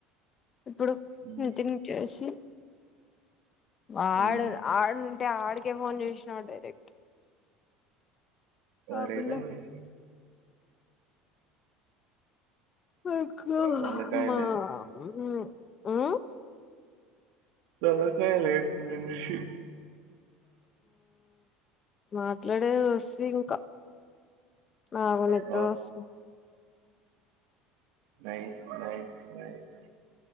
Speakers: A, on the left (about 35°); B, on the right (about 70°).
A: ఇప్పుడు
B: ఉమ్,
A: నటిని చేసి వాడు
B: ఉమ్,
A: రాడు టె ఆడికే ఫోన్ చేషిన డైరెక్ట్
B: సరిపోయింది
A: ఆ పిల్ల ఫోను ఇంక
B: తలకాయలే
A: మా ఊ ఉ
B: తల కాయ్ లేట్ మనిషి
A: మాట్లాడేది వస్సు ఇంకా నాకు నిద్దరొస్సుంది
B: వావ్ నైస్ నైస్ నైస్